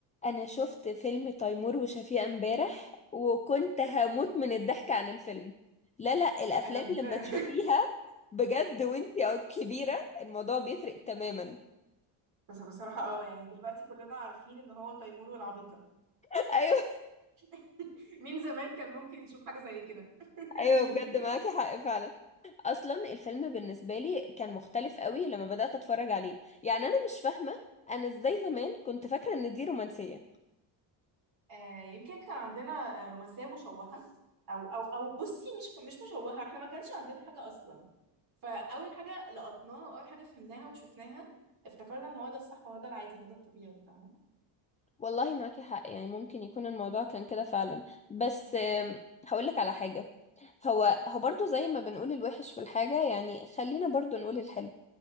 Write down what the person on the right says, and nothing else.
انا ب...
<laughs>
بس بصراحة اه يعني دلوقتي كلنا عارفين ان هو تيمور والعبيطة
<laughs> مين زمان كان ممكن يشوف حاجة زي كده <laughs> مين
آه يمكن كان عندنا آه، رومانسية مشوهة او او او بصي مش مش مشوهة احنا ما كانش عندنا حاجة اصلا فاول حاجة لقطناها واول حاجة فهمناها وشفناها افتكرنا ان هو ده الصح وهو ده العادي وهو ده الطبيعي فاهمة